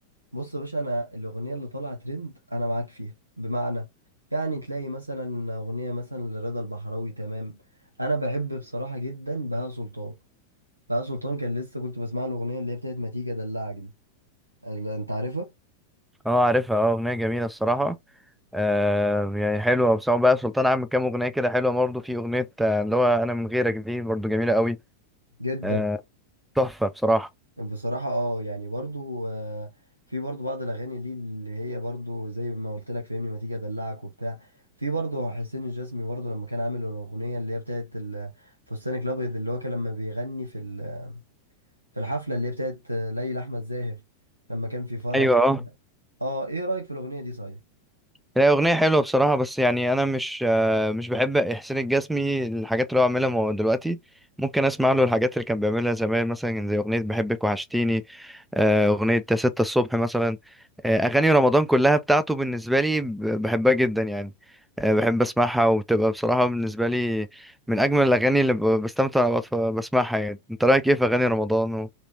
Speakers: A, on the right; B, in the centre.
A: بص يا باشا انا الاغنيه اللي طالعه ترند انا معاك فيها بمعنى يعني تلاقي مثلا اغنيه مثلا لرضا البحراوي تمام انا بحب بصراحه جدا بهاء سلطان بهاء سلطان كان لسه كنت بسمع له الاغنيه اللي هي بتاعت ما تيجي ادلعك دي أنا- انت عارفها
B: اه عارفها اه اغنيه جميله الصراحه آه يعني حلوه وسواء بقى سلطان عامل كام اغنيه كده حلوه برضه في اغنيه آه، اللي هو انا من غيرك دي برضه جميله قوي
A: جدا
B: آه، تحفه بصراحه
A: بصراحة اه يعني برضو آه، في برضو بعض الأغاني ليه اللي هي برضو زي ما قلت لك فهمني ما تيجي أدلعك وبتاع في برضو حسين الجسمي برضو لما كان عامل الأغنية اللي هي بتاعت ال- فستانك الأبيض اللي هو كان لما بيغني في ال- في الحفلة اللي هي بتاعت آه، ليلى أحمد زاهر لما كان في فرح
B: ايوه اه
A: اه ايه رأيك في الأغنية دي صحيح؟
B: هي اغنيه حلوه بصراحه بس يعني انا مش آه، مش بحب احسان الجسمي الحاجات اللي هو عاملها مو- دلوقتي ممكن اسمع له الحاجات اللي كان بيعملها زمان مثلا زي اغنيه بحبك وحشتيني آه، أغنية يا ستة الصبح مثلا آه، أغاني رمضان كلها بتاعته بالنسبة لي ب- بحبها جدا يعني آه، بحب أسمعها وبتبقى بصراحة بالنسبة لي من أجمل الأغاني اللي ب- بستمتع وأنا بتف- بسمعها يعني أنت رأيك إيه في أغاني رمضان واللي